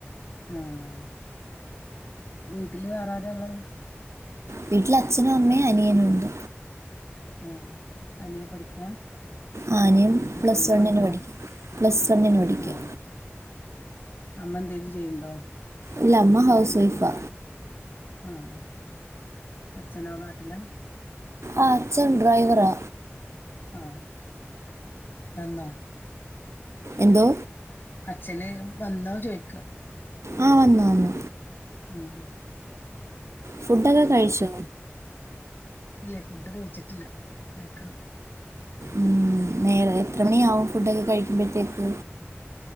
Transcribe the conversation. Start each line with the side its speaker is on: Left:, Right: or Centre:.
Left: ആഹ് വീട്ടില് വേറെരാള്ളത്
Right: വീട്ടില് അച്ഛനും അമ്മേം അനിയനും ഉണ്ട്
Left: ആഹ് അനിയൻ പഠിക്കാ
Right: ആഹ് അനിയൻ
Left: എത്രയിലാ
Right: പ്ലസ് വണ്
Left: പഠിക്കണ
Right: ന് പഠിക്ക പ്ലസ് വണ്ന് പഠിക്കാ
Left: ആ അമ്മ എന്തേലും ചെയ്യണ്ടോ
Right: ഇല്ല അമ്മ ഹൗസ് വൈഫാ
Left: ആഹ് അച്ഛനോ നാട്ടിലോ
Right: ആ അച്ഛൻ ഡ്രൈവറാ
Left: ആഹ് എന്താ
Right: എന്തോ
Left: അച്ഛന് വന്നോ ചോയി
Right: ആഹ് വന്നു വന്നു.
Left: ആഹ്.
Right: ഫുഡൊക്കെ കഴിച്ചോ?
Left: ഇല്ലേ ഫുഡ് കഴിച്ചിട്ടില്ല കഴിക്കണം.
Right: ഉം നേരെ എത്ര മണിയാവും ഫുഡൊക്കെ കഴിക്കുമ്പോഴത്തേക്ക്?